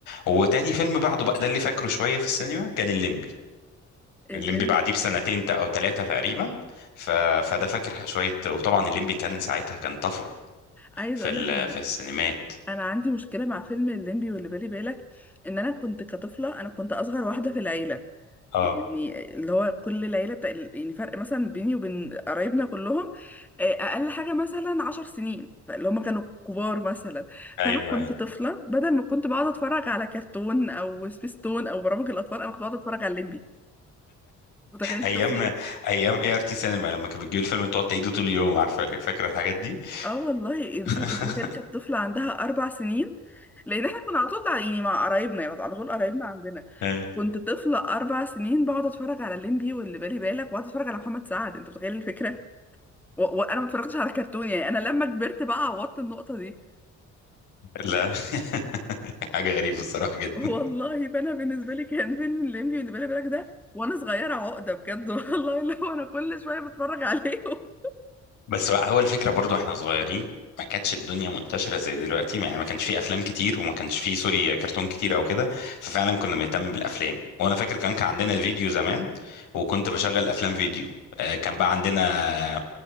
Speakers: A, on the left; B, in the centre.
A: وتاني فيلم بعده بقى ده اللي فاكره شويه في السينما كان الليمبي
B: اللي
A: الليمبي بعديه بسنتين تا- او ثلاثه تقريبا ف... فده فاكر شويه وطبعا الليمبي كان ساعتها كان طفره
B: عايزه
A: في
B: اقول
A: ال...
B: لك ان
A: في السينمات
B: انا عندي مشكله مع فيلم الليمبي واللي بالي بالك ان انا كنت كطفله انا كنت اصغر واحده في العيله
A: اه
B: يعني اللي هو كل العيله بتاع يعني فرق مثلا بيني وبين قرايبنا كلهم آه، اقل حاجه مثلا عشر سنين فاللي هم كانوا كبار مثلا
A: ايوه
B: فانا كنت طفله بدل ما كنت بقعد اتفرج على كرتون او سبيستون او برامج الاطفال انا كنت بقعد اتفرج على الليمبي متخيل
A: ايام
B: طفل
A: ايام اي ار تي سينما لما كانت بتجيب الفيلم تقعد تعيده طول اليوم عارفه فاكره الحاجات دي
B: اه والله الف-
A: <laughs>
B: الفكرة كانت طفلة عندها أربع سنين لأن احنا كنا على طول يعني مع قرايبنا يعني على طول قرايبنا عندنا
A: أيوة.
B: كنت طفلة أربع سنين بقعد أتفرج على الليمبي واللي بالي بالك وأقعد أتفرج على محمد سعد أنت متخيل الفكرة؟ و- وأنا ما اتفرجتش على كرتون يعني أنا لما كبرت بقى عوضت النقطة دي
A: لا <laughs> حاجه غريبه الصراحه جدا
B: والله فأنا بالنسبة لي كان فيلم الليمبي واللي بالي بالك ده وأنا صغيرة عقدة بجد <laughs> والله اللي هو أنا كل شوية بتفرج عليهم
A: بس هو هو الفكره برضو احنا صغيرين ما كانتش الدنيا منتشره زي دلوقتي يعني ما كانش فيه افلام كتير وما كانش فيه سوري كرتون كتير او كده ففعلا كنا بنهتم بالافلام وانا فاكر كان كان عندنا فيديو زمان وكنت بشغل افلام فيديو آه، كان بقى عندنا